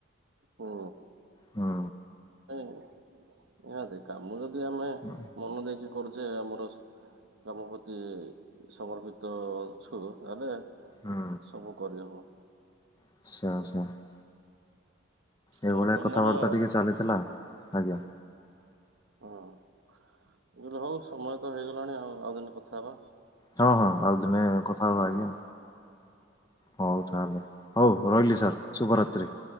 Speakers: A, on the right; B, on the left.
A: ହୁଁ
B: ହୁଁ।
A: ନିହାତି କାମ ଯଦି ଆମେ
B: ହୁଁ
A: ମନ ଦେଇକି କରୁ ସେ ଆମର ଗ୍ରାମ ପ୍ରତି ସମର୍ପିତ ଅଛୁ ତାହେଲେ।
B: ହୁଁ
A: ସବୁ କରି ହବ।
B: <unintelligible> ଏଇଭଳିଆ
A: ମୁଁ ତମର
B: କଥାବାର୍ତ୍ତା
A: ହଁ
B: ଟିକେ ଚାଲିଥିଲା ଆଜ୍ଞା।
A: ହଁ ମୁଁ କହିଲି ହଉ ସମୟ ତ ହେଇଗଲାଣି ଆଉ ଆଉ ଦିନେ କଥା ହେବା।
B: ହଁ ହଁ ଆଉ ଦିନେ କଥା ହବା ଆଜ୍ଞା। ହଉ ତାହେଲେ ହଉ ରହିଲି ସାର୍ ଶୁଭରାତ୍ରି।